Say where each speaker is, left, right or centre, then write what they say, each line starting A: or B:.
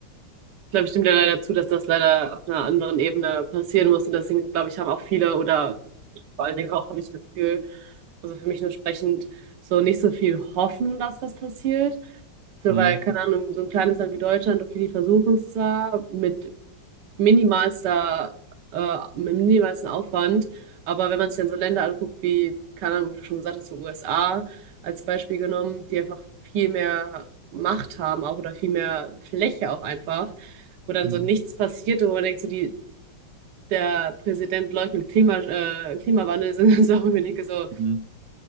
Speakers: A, on the right (about 65°); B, on the right (about 80°).
A: ich glaube, ich stimme dir leider zu, dass das leider auf einer anderen Ebene passieren muss und deswegen, glaube ich, haben auch viele oder vor allen Dingen auch habe ich das Gefühl, also für mich nur sprechend, so nicht so viel Hoffnung, dass was passiert So,
B: Hm,
A: weil, keine Ahnung, so ein kleines Land wie Deutschland, okay, die versuchen es zwar mit minimalster, äh, mit minimalstem Aufwand, aber wenn man sich dann so Länder anguckt wie, keine Ahnung, wie du schon gesagt hast, so USA als Beispiel genommen, die einfach viel mehr Macht haben auch oder viel mehr Fläche auch einfach, wo dann
B: hm,
A: so nichts passiert und wo man denkt, so die, der Präsident leugnet Klima, äh, Klimawandel, <laughs> sind dann Sachen, wo ich denke, so,
B: hm.